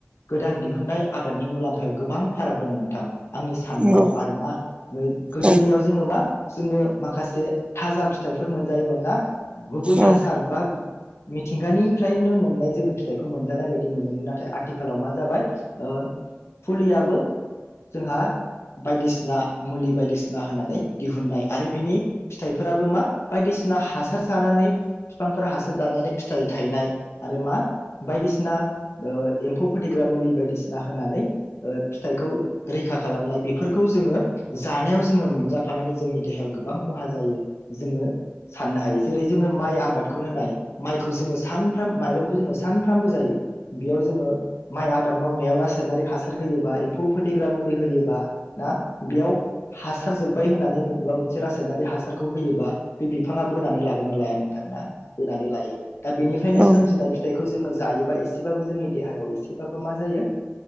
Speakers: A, on the left; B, on the right.
A: गोदान दिहुननाय आबादनि मुलाम्फायाव गोबां फाराग दं नोंथां। आंनि साननायाव
B: नंगौ
A: आरोना गोदोनियाव
B: औ
A: जोङो मा जोङो माखासे थाजा फिथाइफोर मोनजायोमोन ना? गुबै
B: औ
A: हासार बा मिथिंगानिफ्रायनो मोननाय जोङो फिथाइखौ मोनजानाय बायदि मोनोमोन नाथाय आथिखालाव मा जाबाय ओ फुलियाबो जोंहा बायदिसिना मुलि बायदिसिना होनानै दिहुननाय, आरो बिनि फिथाइफोराबो मा? बायदिसिना हासार जानानै बिफांफोरा हासार दानानै फिथाइ थायनाय आरो मा बायदिसिना एम्फौ फोथैग्रा मुलि बायदिसिना होनानै फिथाइखौ रैखा खालामनाय बेफोरखौ जोङो जानायाव जोङो मोनजा फानानै जोंनि देहायाव गोबां खहा जायो जोङो साननो हायो। जेरै जोङो माइ आबादखौनो नाय माइखौ जोङो सानफ्रोम- माइरंखौ जोङो सानफ्रामबो जायो, बेयाव जोङो माइ आबाद मावनायाव रासायनारिक हासार होयोबा एम्फौ फोथैग्रा मुलि होयोबा ना बेयाव हासार जोब बाय होननानै बबेबा मोनसे रासायनारि हासारखौ होयोबा बे बिफाङा बोनानै लागोन ना लाया नोंथां ना? बोनानै लायो। दा बेनिफ्रायनो
B: औ
A: सोमजिनाय फिथाइखौ जोङो जायोबा एसेबाबो जोंनि देहयाव एसेबाबो मा जायो